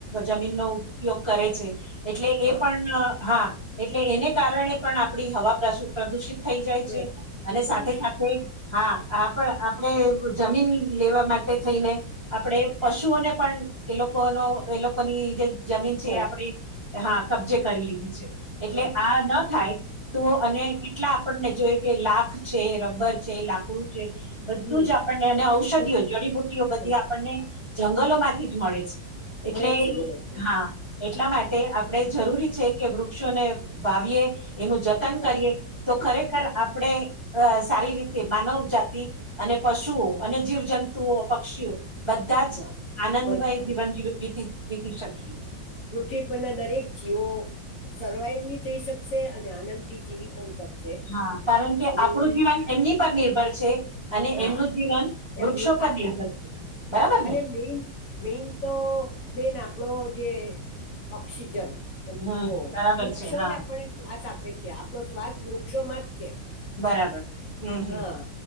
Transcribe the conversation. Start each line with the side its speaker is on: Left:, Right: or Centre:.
Right: જમીનનો ઉપયોગ કરે છે. એટલે
Left: હા
Right: એ પણ હા એટલે એને કારણે પણ આપણી હવા પ્રસુ. પ્રદુષિત થઈ જાય
Left: પ્ર-
Right: છે અને
Left: પ્રદૂષિત
Right: સાથે સાથે‌. હા આપ આપણેે જમીન લેવા માટે. થઈને આપણે પશુઓને પણ એ લોકોનો એ લોકોની જે. જમીન છે
Left: ખોરાક
Right: એ આપણે હા કબજે કરી લીધી છે. એટલે
Left: હા, હા,
Right: આ ન થાય તો અને કેટલા આપણને જોય કે લાખ છે રબર છે લાકડું છે બધું
Left: હમ
Right: જ આપણને ઔષધિઓ
Left: બધ-
Right: જડીબુટ્ટી ઔષધી બધી
Left: બધ-
Right: આપણને જંગલો માંથી જ મળે છે એટલે
Left: મળે છે મળે છે
Right: હા‌. એટલા માટે આપણે જરૂરી છે કે વૃક્ષોને વાવીએ એનું જ ન
Left: વાહ
Right: કરીએ તો ખરેખર
Left: હા
Right: આપ આપણે અ સારી રીતે માનવ જાતિ અને પશુઓ અને જીવજંતુઓ પક્ષીઓ બધા જ
Left: હા
Right: આનંદમય
Left: બધા
Right: જીવન જીતી વીતી શકીએ
Left: પૃથ્વી પરના દરેક જીવો સર્વાઈવ બી થઈ શકશે અને આનંદથી જીવી પણ શકશે.
Right: હા કારણ કે
Left: અને
Right: આપડું જીવન એમની
Left: હમ,
Right: પર નિર્ભર છે. અને
Left: હા
Right: એમનું જીવન વૃક્ષો
Left: એમનું
Right: પર
Left: આપણા
Right: નિર્ભર છે. બરાબર
Left: અને
Right: ને
Left: મેન મેન તો બેન આપડો જે ઓક્સિજન તમે
Right: હમ
Left: જુઓ
Right: બરાબર
Left: વૃક્ષો
Right: છે હા
Left: ને આપણે શ્વાસ આપે છે આપણો શ્વાસ વૃક્ષોમાં જ છે.
Right: બરાબર હમ હમ
Left: હા